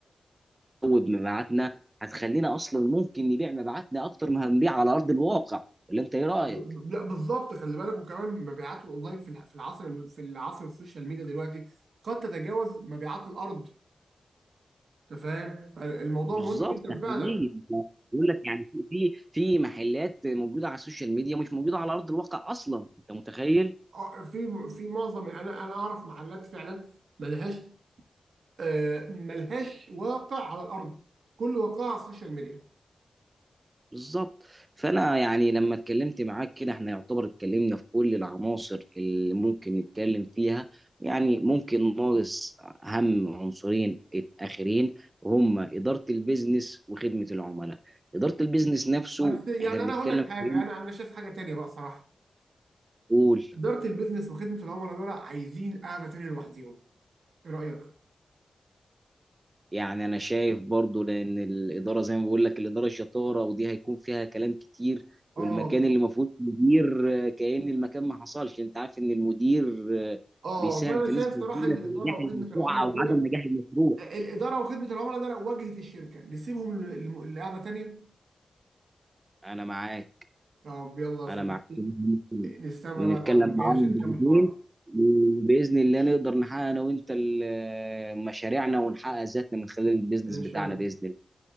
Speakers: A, on the right; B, on the right.
A: مبيعاتنا هتخلينا اصلا ممكن نبيع مبيعاتنا اكتر ما هنبيع على ارض الواقع ولا انت ايه رايك؟
B: ب- لا بالظبط خلي بالك وكمان مبيعات الاونلاين في الع- في العصر الو- في العصر السوشيال ميديا دلوقتي قد تتجاوز مبيعات الارض انت فاهم فالموضوع
A: بالظبط
B: مهم جدا
A: تحليليه
B: فعلا
A: بقول لك يعني في في في محلات موجوده على السوشيال ميديا مش موجوده على ارض الواقع اصلا انت متخيل
B: آه، في في معظم انا انا اعرف محلات فعلا ملهاش آه، ملهاش واقع على الارض كل واقعها على السوشيال ميديا
A: بالظبط فانا يعني لما اتكلمت معاك كده احنا يعتبر اتكلمنا في كل العناصر اللي ممكن نتكلم فيها يعني ممكن ناقص اهم عنصرين اخرين وهم اداره البيزنس وخدمه العملاء اداره البيزنس نفسه
B: بس يعني
A: احنا
B: انا
A: بنتكلم
B: هقول لك حاجه
A: في
B: انا انا شايف حاجه تانيه بقى صراحه
A: قول
B: اداره البيزنس وخدمه العملاء دول عايزين قاعده تانيه لوحديهم ايه رايك؟
A: يعني انا شايف برضو لان الاداره زي ما بقول لك الاداره شطاره ودي هيكون فيها كلام كتير
B: اه
A: والمكان اللي ما فيهوش مدير آه، كأن المكان ما حصلش انت عارف ان المدير آه،
B: اه
A: بيساهم
B: فانا
A: في نسبه
B: شايف صراحه
A: كبيره
B: ان الاداره
A: في نجاح
B: وخدمه
A: المشروع
B: العملاء
A: او
B: دول
A: عدم نجاح المشروع
B: الاداره وخدمه العملاء ده لو واجهه الشركه نسيبهم ل- لقعده تانيه
A: انا معاك
B: طب يلا يا
A: انا
B: صديقي
A: معاك في المهم ده.
B: نستنى
A: نتكلم
B: بقى القعده الجايه
A: معاهم
B: عشان نكمل
A: بعدين
B: حوارنا
A: وباذن الله نقدر نحقق انا وانت ال- آه، مشاريعنا ونحقق ذاتنا من خلال البيزنس
B: ان
A: بتاعنا
B: شاء الله
A: باذن الله